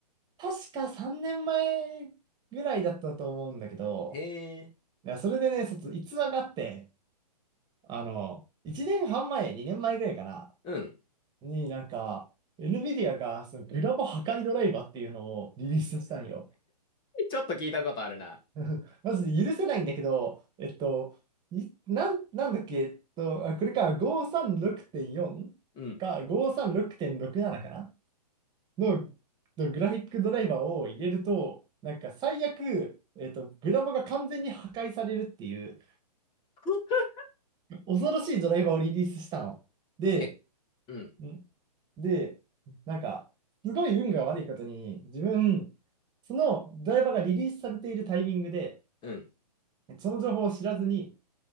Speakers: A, on the right; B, on the left.
A: 確か3年前ぐらいだったと思うんだけど、
B: へえ。
A: いや、それでね、そつ逸話があって、あの、1年半前、2年前ぐらいかな、
B: うん。
A: になんか、NVIDIA がそのグラボ破壊ドライバーっていうのをリリースしたんよ。
B: ちょっと聞いたことあるな。
A: <laughs> マジで許せないんだけど、えっと、いなん、なんだっけ、えっと、あ、これか、536.4か、
B: うん。
A: 536.67かなの、のグラフィックドライバーを入れると、なんか最悪、えっと、グラボが完全に破壊されるっていう、
B: <laughs>
A: 恐ろしいドライバーをリリースしたの。で、
B: え、うん、
A: んで、なんか、すごい運が悪いことに、自分、そのドライバーがリリースされているタイミングで、
B: うん。
A: その情報を知らずに、